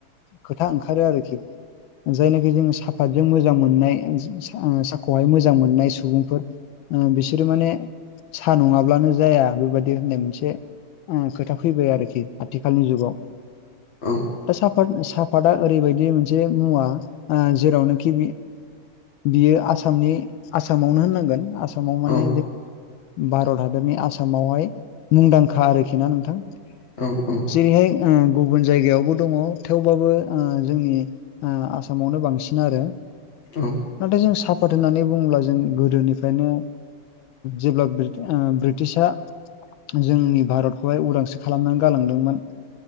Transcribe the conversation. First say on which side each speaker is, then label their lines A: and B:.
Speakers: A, on the left; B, on the left.
A: खोथा ओंखारो आरोखि जायनाखि जोङो साफातजों मोजां मोननाय साहखौहाय मोजां मोननाय सुबुंफोर बिसोरो माने साह नङाब्लानो जाया बेबायदि होननाय मोनसे खोथा फैबाय आरोखि आथिखालनि जुगाव
B: औ औ
A: दा साफाद साफादा ओरैबायदि मोनसे मुवा जेरावनोखि बियो आसामनि आसामावनो होननांगोन आसामाव माने
B: औ
A: भारत हादरनि आसाम आसामावहाय मुंदांखा आरोखि ना नोंथां
B: औ औ
A: जेरैहाय गुबुन जायगायावबो दङ थेवबाबो जोंनि आसामावनो बांसिन आरो
B: औ
A: नाथाय जों साफात होननानै बुङोब्ला जों गोदोनिफ्रायनो जेब्ला ब्रि-ब्रिटिशआ जोंनि भारतखौहाय उदांस्रि खालामनानै गालांदोंमोन।